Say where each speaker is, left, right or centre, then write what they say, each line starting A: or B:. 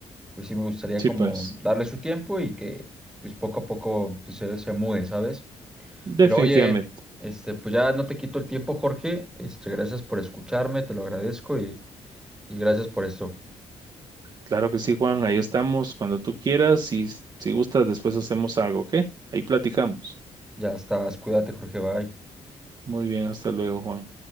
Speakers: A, in the centre; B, on the right.
A: pues sí me gustaría
B: Sí,
A: como
B: pues,
A: darle su tiempo y que pues poco a poco pues, se, se mude, ¿sabes?
B: definitivamente.
A: Pero oye, este, pues ya no te quito el tiempo, Jorge. Este, gracias por escucharme, te lo agradezco y, y gracias por esto.
B: Claro que sí, Juan. Ahí estamos cuando tú quieras y si gustas, después hacemos algo, ¿ok? Ahí platicamos.
A: Ya estás, cuídate, Jorge, bye.
B: Muy bien, hasta luego, Juan.